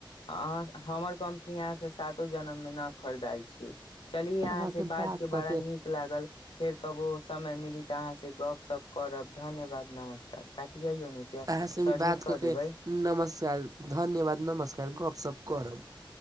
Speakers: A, on the left (about 90°); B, on the right (about 45°).
A: अाँ। <unintelligible> हमर कम्पनी य से सातो जनम मे न खरीदाइ छी चल। <unintelligible>
B: अहाँ
A: से बाज
B: बात
A: के
B: कऽ
A: बड़ा नीक लागल फिर कबो समय मिली तऽ अहाँसँ गपशप करब। धन्यवाद नमस्कार काटियै ओने
B: अहाँ से भी
A: सबमिट
B: बात कऽ के
A: देबै
B: नमस्कार धन्यवाद नमस्कार गप सप। <unintelligible> करब। <unintelligible>